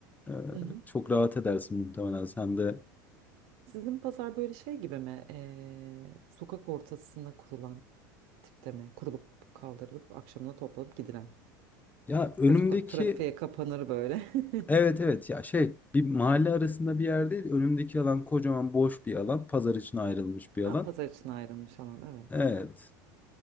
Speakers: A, on the left (about 15°); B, on the right (about 65°).
A: Ee,
B: hı hı.
A: çok rahat edersin muhtemelen sen de.
B: Sizin pazar böyle şey gibi mi? Eee, sokak ortasına kurulan tipte mi? Kurulup kaldırılıp akşamına toplanıp gidilen.
A: Ya önümdeki
B: O sokak trafiğe kapanır böyle.
A: evet
B: <laughs>
A: evet ya şey bir mahalle arasında bir yer değil. Önümdeki alan kocaman boş bir alan. Pazar için ayrılmış bir alan.
B: Ha, pazar için ayrılmış alan evet.
A: Evet.